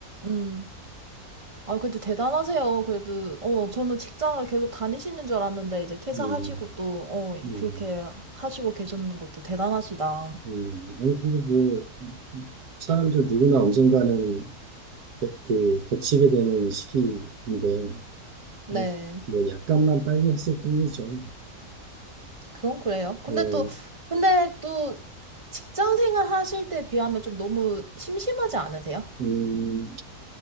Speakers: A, on the right; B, on the right.
A: 음. 아, 그래도 대단하세요. 그래도, 어, 저는 직장을 계속 다니시는 줄 알았는데, 이제 퇴사하시고
B: 음,
A: 또, 어,
B: 음,
A: 그렇게 하시고 계셨는 것도 대단하시다.
B: 음. 아니, 그거 뭐, 사람들 누구나 언젠가는 그, 그 거치게 되는 시기인데,
A: 네.
B: 뭐, 뭐 약간만 빨리 했을 뿐이죠.
A: 그건 그래요. 근데
B: 어,
A: 또, 근데 또, 직장 생활 하실 때 비하면 좀 너무 심심하지 않으세요?
B: 음,